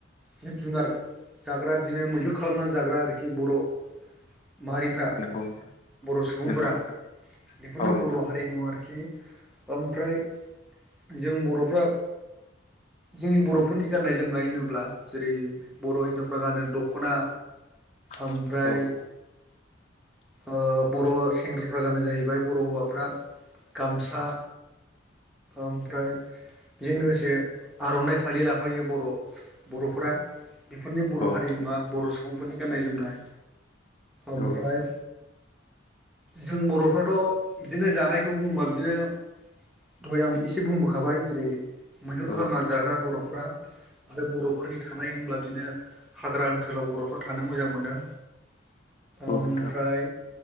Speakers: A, in the centre; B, on the left.
A: जिब जुनार जाग्रा बिदिनो मैहुर खालामनानै जाग्रा आरोखि बर' माहारिफ्रा
B: नंगौ
A: बर' सुबुंफोरा
B: नंगौ नोंथां
A: बेफोरनो
B: औ नोंथां
A: बर' हारिमु आरोखि ओमफ्राय जों बर'फ्रा जोंनि बर'फोरनि गान्नाय जोमनाय होनोब्ला जेरै बर' हिनजावफ्रा गानो दख'ना
B: <inaudible>
A: ओमफ्राय
B: औ <inaudible>
A: ओ बर' सेंग्राफ्रा गानो जाहैबाय बर' हौवाफ्रा गामसा ओमफ्राय बेजों लोगोसे आर'नाइ फालि लाफायो बर' बर'फोरा बेफोरनि बर'
B: औ नोंथां
A: हारिमुवा बर' सुबुंफोरनि गाननाय जोमनाय ओमफ्राय
B: औ नोंथां
A: जों बर'फ्राथ' बिदिनो जानायखौ बुङोबा बिदिनो दहाय आं एसे बुंबोखाबाय जेरै मैहुर
B: औ
A: खालामना
B: नोंथां
A: जाग्रा बर'फ्रा आरो बर'फोरनि थानाय होनब्ला बिदिनो हाग्रा ओनसोलाव बर'फ्रा थानो मोजां मोनो।
B: औ
A: ओमफ्राय
B: नोंथां